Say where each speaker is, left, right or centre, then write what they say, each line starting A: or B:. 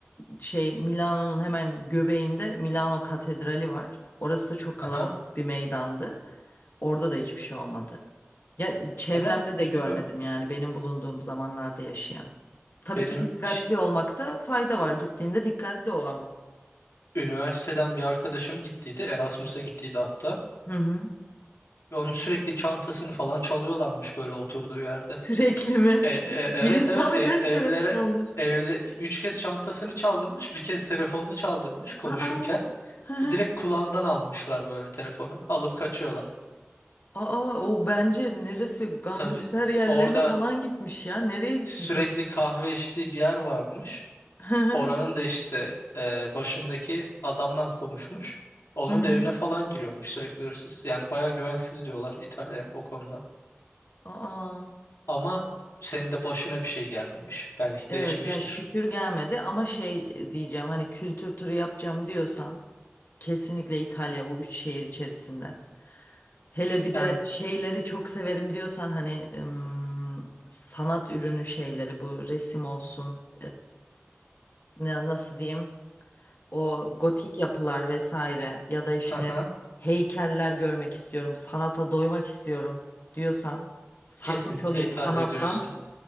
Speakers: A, on the left; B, on the left.
A: şey Milano'nun hemen göbeğinde Milano Katedrali var. Orası da çok
B: Aha.
A: kalabalık bir meydandı. Orada da hiçbir şey olmadı. Ya çevremde
B: Ama
A: de
B: bilmiyorum.
A: görmedim yani benim bulunduğum zamanlarda yaşayan. Tabii
B: Benim
A: ki dikkatli
B: ş-
A: olmakta fayda var. Gittiğinde dikkatli ol ama.
B: üniversiteden bir arkadaşım gittiydi. Erasmus'a gittiydi hatta.
A: Hı hı.
B: Ve onun sürekli çantasını falan çalıyorlarmış böyle oturduğu yerde.
A: Sürekli mi?
B: E, e-
A: Bir
B: evet
A: insanı
B: evet e-
A: kaç
B: evlere
A: kere çaldır?
B: evle, üç kez çantasını çaldırmış. Bir kez telefonunu çaldırmış konuşurken.
A: Aa, hı hı.
B: Direkt kulağından almışlar böyle telefonu. Alıp kaçıyorlar.
A: aa, o bence neresi gangster
B: Tabii
A: yerlerine
B: orada
A: falan gitmiş ya. Nereye gitmiş
B: sürekli
A: o?
B: kahve içtiği bir yer varmış.
A: Hı hı.
B: Oranın da işte e, başındaki adamla konuşmuş. Onun
A: Hı hı.
B: da evine falan giriyormuş sürekli hırsız. Yani baya güvensiz diyorlar İtalya o konuda.
A: Aa,
B: Ama senin de başına bir şey gelmemiş. Belki
A: evet
B: değişmiştir.
A: ya şükür gelmedi ama şey diyeceğim hani kültür turu yapacağım diyorsan kesinlikle İtalya bu üç şehir içerisinde. Hele bir
B: Yani
A: de şeyleri çok severim diyorsan hani ım, sanat ürünü şeyleri bu resim olsun ne- nasıl diyeyim o gotik yapılar vesaire ya da işte
B: haha,
A: heykeller görmek istiyorum, sanata doymak istiyorum diyorsan sarhoş
B: kesinlikle
A: olayım
B: İtalya
A: sanattan.
B: diyorsun.